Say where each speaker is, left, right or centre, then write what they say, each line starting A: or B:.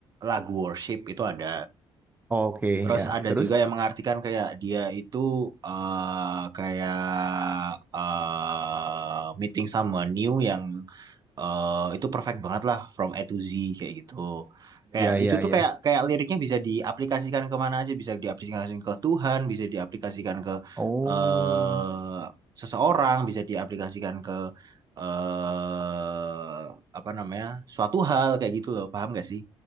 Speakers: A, on the right; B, on the right.
A: lagu worship itu ada
B: Oke,
A: terus
B: ya.
A: ada
B: Terus?
A: juga yang mengartikan kayak dia itu eh kayak eh meeting sama new yang eh itu perfect banget lah from A to Z kayak gitu. Kayak
B: Ya, ya,
A: itu
B: ya.
A: tuh kayak kayak liriknya bisa diaplikasikan kemana aja, bisa diaplikasikan ke Tuhan, bisa diaplikasikan ke
B: Oh,
A: eh seseorang, bisa diaplikasikan ke eh apa namanya suatu hal kayak gitu loh, paham gak sih?